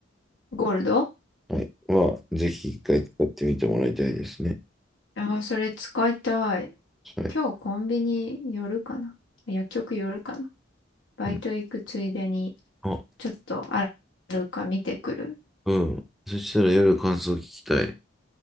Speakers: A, on the left; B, in the centre.
A: ゴールド
B: はい、は、ぜひ一回使ってみてもらいたいですね。
A: ああー、それ使いたい。
B: はい。
A: 今日コンビニ寄るかな薬局寄るかなバイト行くついでに、
B: うん、あ、
A: ちょっとあるか見てくる。
B: うん。そしたら夜感想聞きたい。